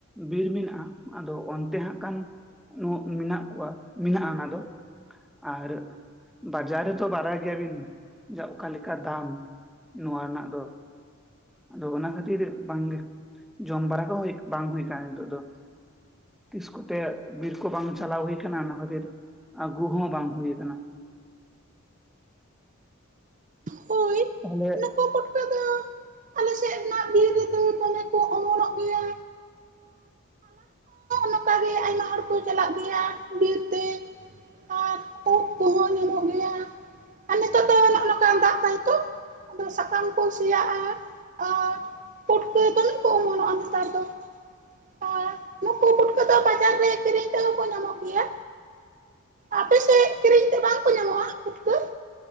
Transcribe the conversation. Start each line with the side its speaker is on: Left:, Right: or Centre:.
Centre: ᱵᱤᱨ ᱢᱮᱱᱟᱜᱼᱟ ᱟᱫᱚ ᱚᱱᱛᱮ ᱦᱟᱸᱜ ᱠᱟᱱ ᱱᱩᱸ ᱢᱮᱱᱟᱜ ᱠᱚᱣᱟ ᱢᱮᱱᱟᱜᱼᱟ ᱚᱱᱟ ᱫᱚ᱾ ᱟᱨ ᱵᱟᱡᱟᱨ ᱨᱮᱛᱫ ᱵᱟᱨᱟᱭ ᱜᱮᱭᱟᱵᱤᱱ <unintelligible> ᱚᱠᱟ ᱞᱮᱠᱟ ᱫᱟᱢ ᱱᱚᱣᱟ ᱨᱮᱱᱟᱜ ᱫᱚ᱾ ᱟᱫᱚ ᱚᱱᱟ ᱠᱷᱟᱹᱛᱤᱨ ᱵᱟᱝᱜᱮ ᱡᱚᱢ ᱵᱟᱲᱟ ᱠᱚ ᱵᱟᱝ ᱦᱩᱭ ᱠᱟᱱᱟ ᱱᱤᱛᱚᱜ ᱫᱚ᱾ ᱛᱤᱥ ᱠᱚᱛᱮ ᱵᱤᱨ ᱠᱚ ᱵᱟᱝ ᱪᱟᱞᱟᱣ ᱦᱩᱭ ᱟᱠᱟᱱᱟ ᱚᱱᱟ ᱠᱷᱟᱹᱛᱤᱨ ᱟᱹᱜᱩ ᱦᱚᱸ ᱵᱟᱝ ᱦᱩᱭ ᱟᱠᱟᱱᱟ᱾
Right: ᱦᱳᱭ
Centre: ᱛᱟᱦᱞᱮ
Right: ᱱᱩᱠᱩ ᱯᱩᱴᱠᱟᱹ ᱫᱚ <unintelligible> ᱵᱤᱨ ᱨᱮᱫᱚ ᱫᱚᱢᱮ ᱠᱚ ᱚᱢᱚᱱᱚᱜ ᱜᱮᱭᱟ᱾ ᱱᱚᱠᱟ ᱜᱮ ᱟᱭᱢᱟ ᱦᱚᱲ ᱠᱚ ᱪᱟᱞᱟᱜ ᱜᱮᱭᱟ ᱵᱤᱨ ᱛᱮ᱾ ᱟᱨ ᱩᱫ ᱠᱚᱦᱚᱸ ᱧᱟᱢᱚᱜ ᱜᱮᱭᱟ ᱟᱨ ᱱᱤᱛᱚᱜ ᱫᱚ ᱱᱚᱜᱼᱚ ᱱᱚᱝᱠᱟ ᱫᱟᱜ ᱫᱟᱭ ᱛᱚ ᱟᱫᱚ ᱥᱟᱠᱟᱢ ᱠᱚ ᱥᱮᱭᱟᱜᱼᱟ᱾ ᱟᱨ ᱯᱴᱠᱟᱹ ᱫᱚᱢᱮ ᱠᱚ ᱚᱢᱚᱱᱚᱜᱼᱟ ᱱᱮᱛᱟᱨ ᱫᱚ ᱟ ᱱᱩᱠᱩ ᱯᱩᱴᱠᱟᱹ ᱫᱚ ᱵᱟᱡᱟᱨ ᱨᱮ ᱠᱤᱨᱤᱧ ᱛᱮᱦᱚ ᱠᱚ ᱧᱟᱢᱚᱜ ᱜᱮᱭᱟ᱾ ᱟᱯᱮᱥᱮᱜ ᱠᱤᱨᱤᱧ ᱛᱮ ᱵᱟᱝᱠᱚ ᱧᱟᱢᱚᱜᱼᱟ ᱯᱷᱩᱴᱠᱟᱹ?